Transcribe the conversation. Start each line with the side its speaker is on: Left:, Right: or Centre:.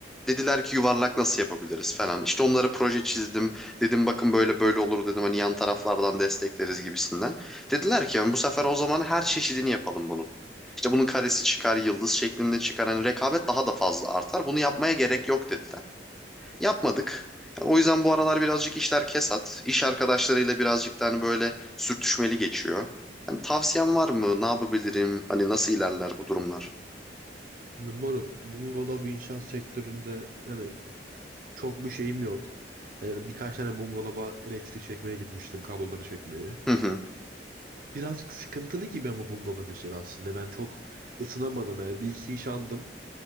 Centre: Dediler ki yuvarlak nasıl yapabiliriz falan. İşte onlara proje çizdim. Dedim bakın böyle böyle olur dedim. Hani yan taraflardan destekleriz gibisinden. Dediler ki yani bu sefer o zaman her çeşidini yapalım bunun. İşte bunun karesi çıkar, yıldız şeklinde çıkar. Hani rekabet daha da fazla artar. Bunu yapmaya gerek yok dediler. Yapmadık. O yüzden bu aralar birazcık işler kesat. İş arkadaşlarıyla birazcık da hani böyle sürtüşmeli geçiyor. Hani tavsiyen var mı? Ne yapabilirim? Hani nasıl ilerler bu durumlar?
Right: Yani moruk bungalov inşaat sektöründe yani çok bir şeyim yok. Yani birkaç tane bungalova elektrik çekmeye gitmiştim, kabloları çekmeye.
Centre: Hı hı.
Right: Birazcık sıkıntılı gibi ama bungalov işleri aslında. Ben çok ısınamadım yani bir iki iş aldım